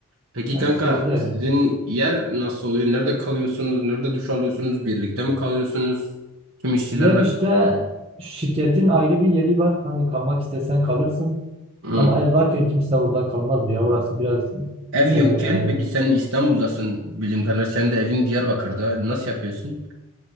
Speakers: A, on the right; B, on the right.
A: Peki
B: Yani
A: kanka
B: sözde
A: sizin yer nasıl oluyor? Nerede kalıyorsunuz? Nerede duş alıyorsunuz? Birlikte mi kalıyorsunuz? Tüm işçilerle.
B: yer işte şirketin ayrı bir yeri var. Hani kalmak istesen kalırsın.
A: Hı.
B: Ama ev varken kimse orada kalmaz ya. Orası biraz
A: Ev
B: eee,
A: yokken peki sen İstanbul'dasın bildiğim kadarıyla sen de evin Diyarbakır'da nasıl yapıyorsun?